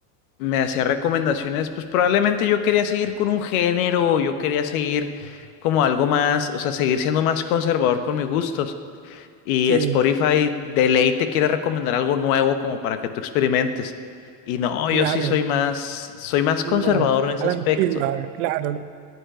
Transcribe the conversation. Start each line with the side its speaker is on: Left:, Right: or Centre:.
Left: me hacía recomendaciones, pues probablemente yo quería seguir con un género, yo quería seguir como algo más, o sea, seguir siendo más conservador con mis gustos. Y
Right: Sí,
Left: Spotify de ley te quiere recomendar algo nuevo como para que tú experimentes. Y no,
Right: claro,
Left: yo sí soy más, soy más conservador
Right: uno,
Left: en ese
Right: a
Left: aspecto.
Right: la antigua, claro.